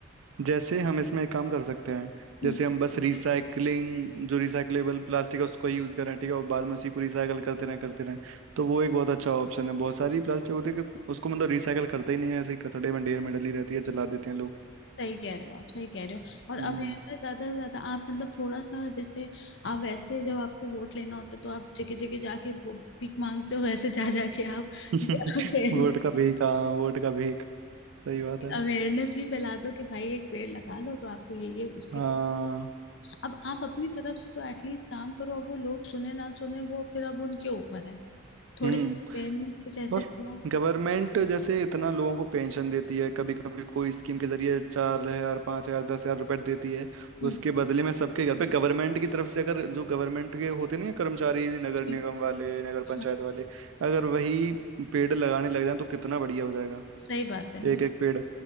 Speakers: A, on the right; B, on the left.
A: जैसे हम इसमें एक काम कर सकते हैं
B: हम्म
A: जैसे हम बस रिसाइकलिंग जो रिसाइकलेबल प्लास्टिक है उसको यूज करें ठीक है और बाद में उसी को रिसाइकल करते रहें करते रहें तो वो एक बहुत अच्छा ऑप्शन है बहुत सारी प्लास्टिक होती है कि उसको मतलब रिसाइकल करते ही नहीं है ऐसे ही कचड़े में ढेर में डली रहती है जला देते हैं लोग
B: सही कह रहे हो आप सही कह रहे हो और
A: हम्म
B: अवेयरनेस ज्यादा से ज्यादा आप मतलब थोड़ा सा जैसे आप वैसे जब आपको वोट लेना होता है तो आप जगह जगह जाके वो भीख मांगते हो वैसे जा जाके आप
A: <laughs>
B: ये <laughs> अवेयरनेस
A: वोट का भीख हाँ वोट का भीख सही बात है
B: अवेयरनेस भी फैला दो कि भाई एक पेड़ लगा लो तो आपको ये ये उसके
A: हाँ
B: अब आप अपनी तरफ से तो एटलीस्ट काम करो अब वो लोग सुने ना सुने वो फिर अब उनके ऊपर है थोड़ी
A: हम्म
B: अवेयरनेस कुछ ऐसे
A: और
B: फैला
A: गवर्नमेंट जैसे इतना लोगों को पेंशन देती है कभी कभी कोई स्कीम के जरिए चार हजार पाँच हजार दस हजार रुपए देती है
B: हम्म
A: उसके बदले में सबके घर पे गवर्नमेंट की तरफ से अगर जो गवर्नमेंट के होते नहीं हैं कर्मचारी नगर
B: ठीक,
A: निगम वाले नगर
B: हाँ
A: पंचायत वाले अगर वही पेड़ लगाने लग जाए तो कितना बढ़िया हो जाएगा
B: सही बात है बिल-
A: एक एक पेड़